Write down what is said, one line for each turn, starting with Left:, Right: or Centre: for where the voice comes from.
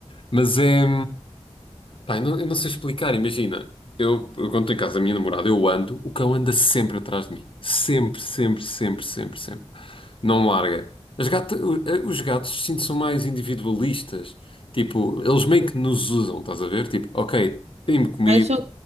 Left: Mas é, pá, eu não, eu não sei explicar, imagina. Eu, eu quando estou em casa da minha namorada, eu ando, o cão anda sempre atrás de mim. Sempre, sempre, sempre, sempre, sempre. Não larga. As gata- o- eh, os gatos, sinto, são mais individualistas. Tipo, eles meio que nos usam, estás a ver? Tipo, ok, dê-me comida,
Right: Ah, Eu sou,